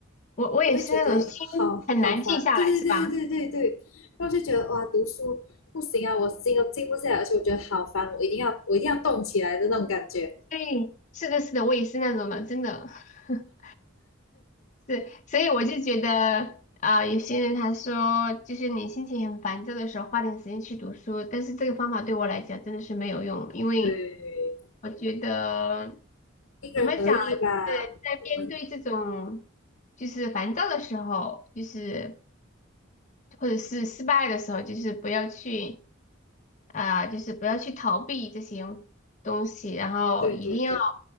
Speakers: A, on the left; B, on the left.
A: 我我也是那种心很难静下来，
B: 我会觉得好好烦。对对对对对对对，
A: 是吧？
B: 然后就觉得哇，读书不行啊，我心都静不下来，而且我觉得好烦，我一定要我一定要动起来的那种感觉。
A: 对，是的，是的，我也是那种的，真的。<laughs> 是，所以我就觉得啊、有些人他说，就是你心情很烦躁的时候，花点时间去读书，但是这个方法对我来讲真的是没有用，因为
B: 对，
A: 我觉得
B: 因人而异吧。
A: 怎么讲，就是在面对这种
B: 我们
A: 就是烦躁的时候，就是或者是失败的时候，就是不要去。啊、就是不要去逃避这些东西，然后一定要
B: 对对对，